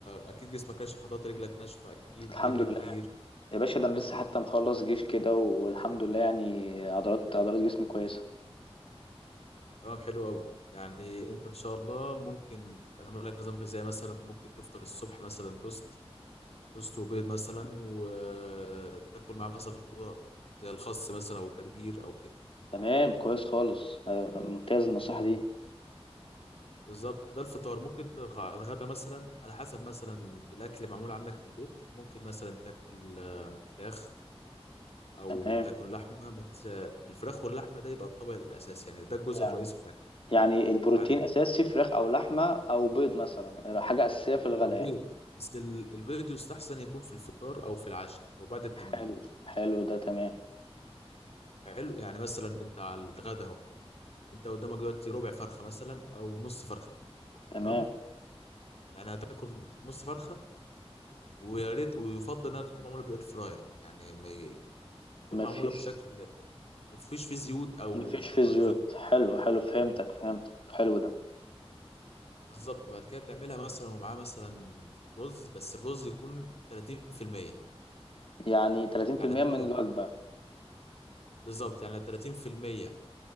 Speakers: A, on the left (about 75°); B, on the left (about 60°).
A: اكيد جسمك ناشف عضلات رجلك ناشفه اكيد
B: الحمد
A: بتجري كتير
B: لله يا باشا ده انا لسه حتى
A: تمام
B: مخلص جيش كده والحمد لله يعني عضلات عضلات جسمي كويسة
A: تمام حلو قوي يعني انت ان شاء الله ممكن تعمل لك نظام غذائي مثلا ممكن تفطر الصبح مثلا توست توست وبيض مثلا وتاكل معاه مثلا خضار زي الخس مثلا او الجرجير او كده
B: تمام كويس خالص آه، ممتاز النصيحة
A: ال-
B: دي
A: بالظبط ده الفطار ممكن تلغ- الغدا مثلا على حسب مثلا الاكل معمول عندك في البيت ممكن مثلا تاكل آه، فراخ او
B: تمام
A: تاكل لحمه بس آه، الفراخ واللحمه ده يبقى الطبق الاساسي يعني ده الجزء
B: يعني
A: الرئيسي في الاكل
B: يعني البروتين
A: بعد كده
B: اساسي فراخ او لحمه او بيض مثلا حاجه اساسيه في الغداء
A: او بيض
B: يعني
A: بس ال- البيض يستحسن يكون في الفطار او في العشاء او بعد التمرين
B: حلو حلو ده تمام
A: حلو يعني مثلا انت على الغدا اهو انت قدامك دلوقتي ربع فرخه مثلا او نص فرخه
B: تمام
A: تمام يعني هتاكل نص فرخه ويا ريت ويفضل انها تكون معموله بالاير فراير يعني ما ي- تكون
B: مفيش
A: معموله بشكل ما فيش فيه زيوت او
B: مفيش في
A: هو
B: زيوت
A: زيوت
B: حلو حلو فهمتك فهمتك حلو ده
A: بالظبط بعد كده تعملها مثلا ومعاه مثلا رز بس الرز يكون 30%
B: يعني 30%
A: يعني الطبق
B: من الوجبة
A: بالظبط يعني 30%